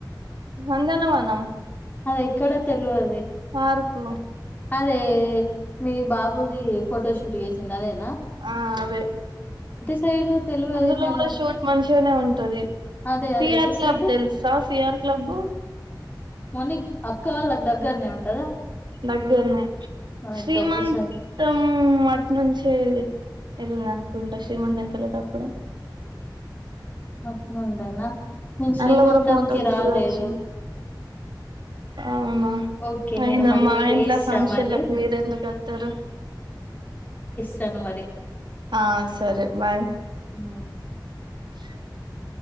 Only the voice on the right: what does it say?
వందనవనం
పార్కు
ఆ అవే
అందులో
కూడా షూట్ మంచిగానే ఉంటది
ఫియర్
క్లబ్
తెలుసా ఫియర్ క్లబు
దగ్గరనే
శ్రీమంతం
అటి నుంచే ఎల్ నా అనుకుంటా శ్రీమంతంకెళ్లేటప్పుడు
అందులో కూడా ఫొటోస్
దిగొచ్చు అవునా
అయిన
మా ఇంట్లా
ఫంక్షన్లలకు
మీరు ఎందుకు వత్తరు
ఆ సరే బాయ్
హ.